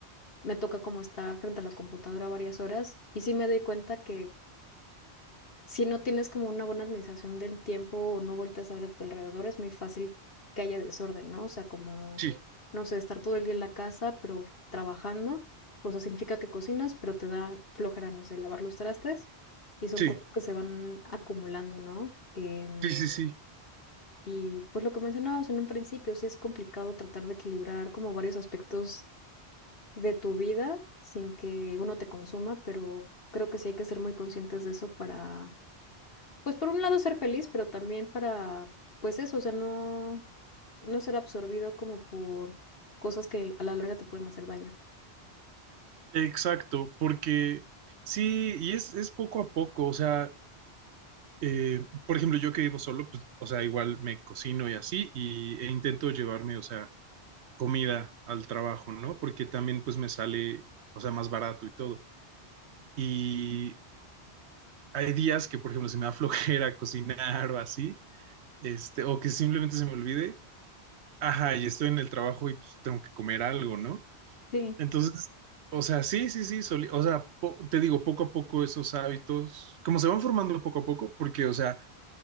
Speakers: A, on the left; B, on the right.
A: me toca como estar frente a la computadora varias horas y sí me doy cuenta que si no tienes como una buena administración del tiempo o no volteas a ver a tu alrededor, es muy fácil que haya desorden, ¿no? O sea, como,
B: Sí,
A: no sé, estar todo el día en la casa, pero trabajando, o sea, significa que cocinas, pero te da flojera, no sé, lavar los trastes y son
B: sí,
A: cosas que se van acumulando, ¿no? Em,
B: sí, sí, sí,
A: y pues lo que mencionábamos en un principio, sí es complicado tratar de equilibrar como varios aspectos de tu vida sin que uno te consuma, pero creo que sí hay que ser muy conscientes de eso para pues por un lado ser feliz, pero también para, pues eso, o sea, no, no ser absorbido como por cosas que a la larga te pueden hacer daño.
B: exacto, porque sí, y es, es poco a poco, o sea, eh, por ejemplo, yo que vivo solo, pues, o sea, igual me cocino y así, y, e intento llevarme, o sea, comida al trabajo, ¿no? Porque también pues me sale, o sea, más barato y todo. Y hay días que, por ejemplo, se me da flojera <laughs> cocinar o así, este, o que simplemente se me olvide, ajá, y estoy en el trabajo y pues, tengo que comer algo, ¿no?
A: Sí,
B: Entonces, o sea, sí, sí, sí, soli- o sea, po- te digo, poco a poco esos hábitos, como se van formando poco a poco, porque, o sea,